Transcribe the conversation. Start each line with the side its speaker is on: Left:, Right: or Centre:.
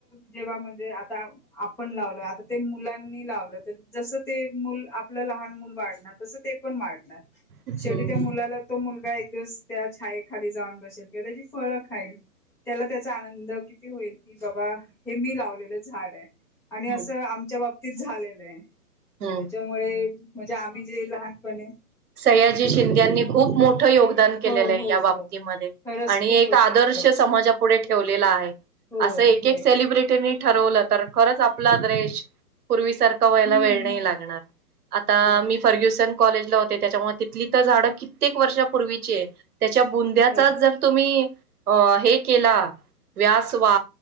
Centre: जेव्हा म्हणजे आता आपण लावल. आता ते मुलांनी लावलं तर जस ते मुल आपल. लहान वाढणार. तस ते पण वाढणार.
Right: हम्म
Centre: शेवी त्या मुलाला तो मुलगा एक दिवस त्या छायेखाली जाऊन बसेल. किंवा त्याची फळं खाईल. त्याला त्याचा आनंद किती होईल. कि बाबा. हे मी लावलेलं झाड आहे. आणि
Right: हम्म
Centre: असं आमच्या बाबतीत झालेलं आहे.
Right: हम्म
Centre: त्याच्यामुळे म्हणजे आम्ही जे लहानपनी
Right: स्याजी शिंद्यांनी खूप मोठं योगदान केलेलं
Centre: हो
Right: आहे.
Centre: हो
Right: या बाबतीमध्ये
Centre: हो. खरंच
Right: आणि
Centre: खूपच
Right: एक आदर्श
Centre: खूपच
Right: समाजापुढ ठेवलेल आहे.
Centre: होय
Right: अस एक
Centre: होय
Right: सेलिब्रिटी मी ठरवल तर खरच आपल देश पूर्वी सारख व्हायला
Centre: हम्म
Right: वेळ नाही
Centre: हम्म
Right: लागणार. आता
Centre: हो
Right: मी फर्ग्युसन. कॉलेज ला होते त्याच्यामुळे. तिथली तर झाडं कित्येक वर्षापूर्वीची त्याच्या बुंद्याचा
Centre: होय.
Right: जर तुम्ही अ हे केला व्यास वा